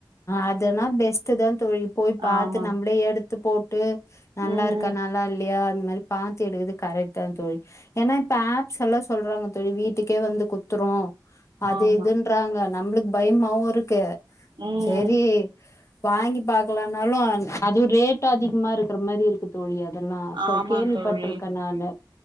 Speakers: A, on the left; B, on the right.
A: அதெனா பெஸ்ட் தா தோழி போய் பாத்து
B: ஆமா
A: நம்மளே எடுத்து போட்டு நல்லா
B: ம்
A: இருக்கா நல்லா இல்லயா மாரி பாத்தி எடுக்குது கரெக்ட தா தோழி ஏன்னா இப்ப ஆப்ஸ் எல்லா சொல்றாங்க தோழி வீட்டுக்கே வந்து குடுத்துறோ அது
B: ஆமா
A: இதுன்றாங்க நம்மளுக்கு பயமாவும் இருக்கு
B: ம்
A: செரி வாங்கி பாக்கலாம்னாலும் அதுவும் ரேட் அதிகமா இருக்கிற மாரி இருக்கு தோழி அது நா
B: ஆமா
A: கேள்விப்பட்டிருக்கேன்
B: தோழி
A: நானு